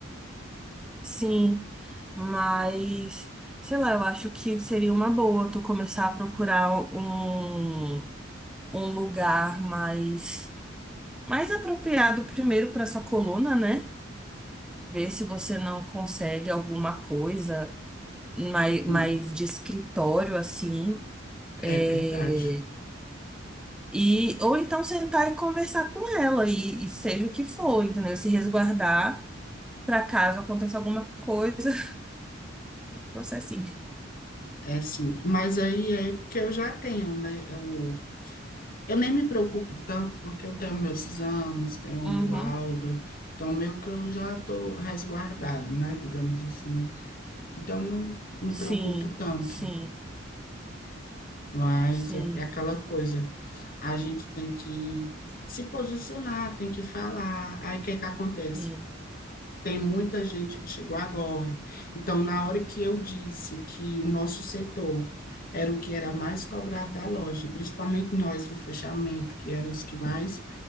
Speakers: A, in the centre; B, on the left.
A: sim. Mas, sei lá, eu acho que seria uma boa tu começar a procurar um, um lugar mais mais apropriado primeiro para sua coluna, né? Ver se você não consegue alguma coisa mais,
B: Hum,
A: mais de escritório, assim.
B: é
A: é,
B: verdade.
A: e, ou então sentar e conversar com ela, e, e seja o que for, entendeu? Se resguardar para caso aconteça alguma coisa, <laughs> processinho.
B: É sim. Mas aí é que eu já tenho, né? Eu, eu nem me preocupo tanto, porque eu tenho meus exames, tenho o
A: Uhum.
B: laudo, então meio que eu já estou resguardado, né? Digamos assim. Então não me
A: Sim,
B: preocupo tanto.
A: sim,
B: Mas
A: sim.
B: é é aquela coisa, a gente tem que se posicionar, tem que falar. Aí o que é que acontece?
A: sim.
B: Tem muita gente que chegou agora. Então, na hora que eu disse que o nosso setor era o que era mais cobrado da loja, principalmente nós do fechamento, que eram os que mais